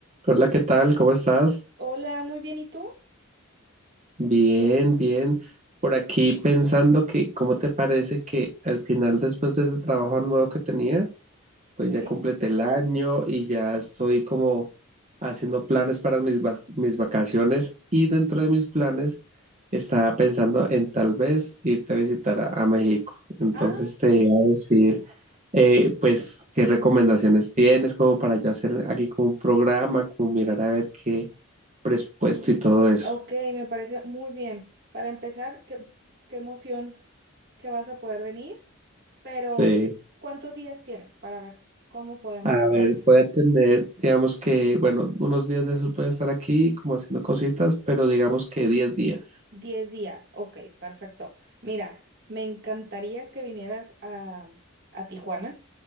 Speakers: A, on the right; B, on the right.
A: Hola, ¿qué tal? ¿Cómo estás?
B: Hola, muy bien, ¿y tú?
A: Bien, bien. Por aquí pensando que, ¿cómo te parece que al final, después de ese trabajo nuevo que tenía, pues
B: ¿Sí?
A: ya completé el año y ya estoy como haciendo planes para mis, vac- mis vacaciones y dentro de mis planes estaba pensando en tal vez irte a visitar a, a México. Entonces
B: Ah,
A: te iba a decir, eh, pues, qué recomendaciones tienes como para yo hacer aquí como un programa, como mirar a ver qué presupuesto y todo eso.
B: ok, me parece muy bien. Para empezar, qué, qué emoción que vas a poder venir, pero
A: Sí.
B: ¿cuántos días tienes para ver cómo podemos
A: A
B: armar?
A: ver, voy a tener, digamos que, bueno, unos días de esos voy a estar aquí como haciendo cositas, pero digamos que 10 días.
B: Diez días, ok, perfecto. Mira, me encantaría que vinieras a, a Tijuana,